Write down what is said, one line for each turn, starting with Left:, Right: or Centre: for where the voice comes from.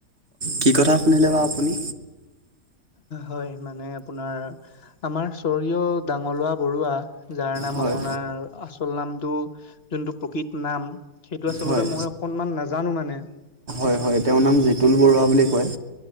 Right: কি কথা শুনিলে বা আপুনি?
Left: হয়। মানে, আপোনাৰ আমাৰ স্বৰ্গীয় ডাঙলোৱা বৰুৱা যাৰ নাম
Right: হয়
Left: আপোনাৰ আচল নামটো, যোনটো প্ৰকৃত নাম। সেইটো, আচলতে
Right: হয়
Left: মই অকনমান নাজানোঁ মানে।
Right: হয়, হয়। তেওঁৰ নাম জিতুল বৰুৱা বুলি কয়।